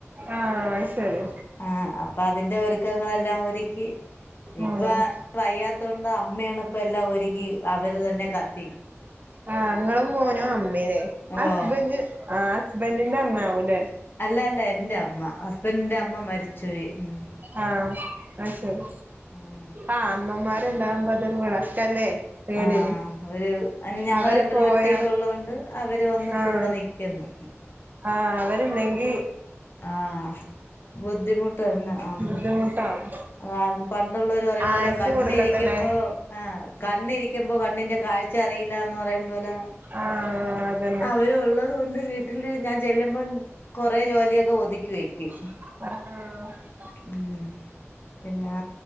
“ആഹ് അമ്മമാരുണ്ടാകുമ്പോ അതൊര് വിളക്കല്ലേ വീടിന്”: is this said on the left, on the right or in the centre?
Right